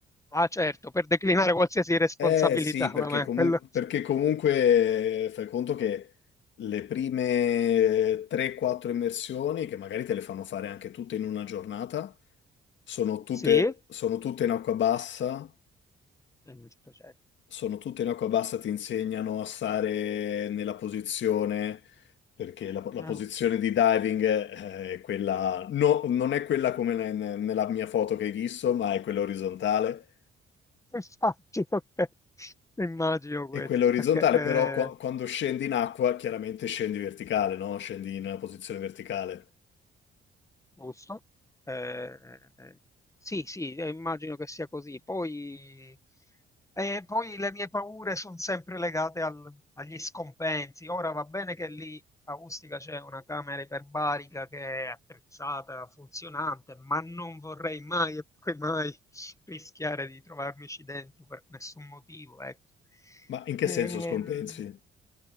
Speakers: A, on the left; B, on the left.
A: Ah, certo, per declinare qualsiasi responsabilità,
B: Eh sì, perché
A: vabbè,
B: comunque,
A: quello
B: perché comunque fai conto che le prime 3-4 immersioni, che magari te le fanno fare anche tutte in una giornata, sono tutte,
A: sì, è
B: sono tutte in acqua bassa
A: giusto, certo.
B: sono tutte in acqua bassa, ti insegnano a stare nella posizione, perché la, la
A: Mm.
B: posizione di diving eh, è quella, no, non è quella come ne- ne- nella mia foto che hai visto, ma è quella orizzontale.
A: <laughs> Immagino, ok. Immagino
B: E
A: questo,
B: quella orizzontale,
A: perché eh,
B: però, qua- quando scendi in acqua, chiaramente scendi verticale, no? Scendi in una posizione verticale.
A: Giusto. Eh, eh, sì, sì, eh, immagino che sia così. Poi, e poi le mie paure sono sempre legate al- agli scompensi. Ora va bene che lì a Ustica c'è una camera iperbarica che è attrezzata, funzionante, ma non vorrei mai e poi mai <laughs> rischiare di trovarmici dentro per nessun motivo, ecco.
B: Ma in che
A: Ehm,
B: senso scompensi?